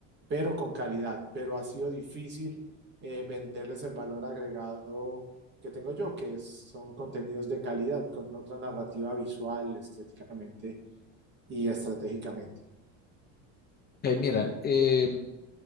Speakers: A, on the right; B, on the left.
A: pero con calidad, pero ha sido difícil eh, venderles el valor agregado que tengo yo, que es- son contenidos de calidad, con otra narrativa visual, estéticamente y estratégicamente.
B: Eh, mira, eh,